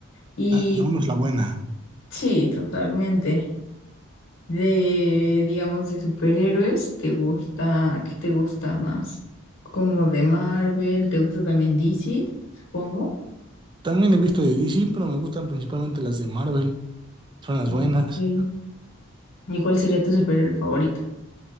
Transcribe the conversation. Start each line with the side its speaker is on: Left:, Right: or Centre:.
Left: Y
Right: La, la uno es la buena.
Left: sí, totalmente. De, digamos, de superhéroes, ¿te gusta? ¿Qué te gusta más? Como de Marvel, ¿te gusta también DC, supongo?
Right: También he visto de DC, pero me gustan principalmente las de Marvel. Son las
Left: Mm,
Right: buenas.
Left: Sí. ¿Y cuál sería tu superhéroe favorito?